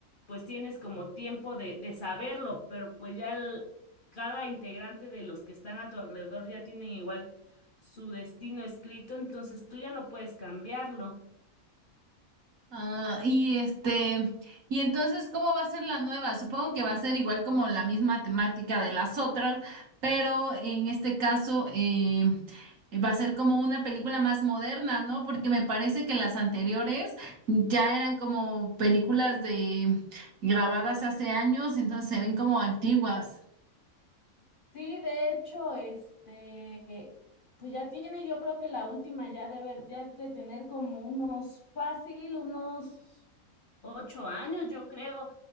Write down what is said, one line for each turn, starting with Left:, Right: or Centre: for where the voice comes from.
Left: pues tienes como tiempo de, de saberlo, pero pues ya el- cada integrante de los que están a tu alrededor ya tienen igual su destino escrito, entonces tú ya no puedes cambiarlo.
Right: Ah, y este, y entonces, ¿cómo va a ser la nueva? Supongo que va a ser igual como la misma temática de las otras, pero en este caso eh, va a ser como una película más moderna, ¿no? Porque me parece que las anteriores ya eran como películas de grabadas hace años, entonces se ven como antiguas.
Left: Sí, de hecho, este, pues ya tiene, yo creo que la última ya de ver, ya de tener como unos fácil, unos ocho años, yo creo.